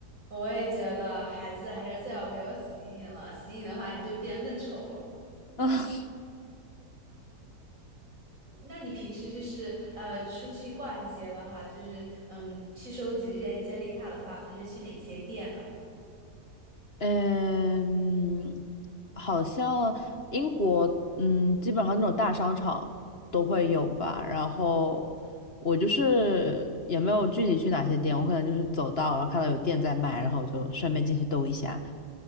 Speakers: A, on the right (about 55°); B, on the left (about 40°).
A: 我也觉得孩子还是最好不要洗你了，洗你的话你就变得更丑了。
B: <laughs> 啊，
A: 那你平时就是呃出去逛街的话，就是嗯去收集这些 Jellycat 的话，平时去哪些店啊？
B: 嗯，好像英国，嗯，基本上那种大商场都会有吧。然后我就是也没有具体去哪些店，我可能就是走到，然后看到有店在卖，然后我就顺便进去兜一下。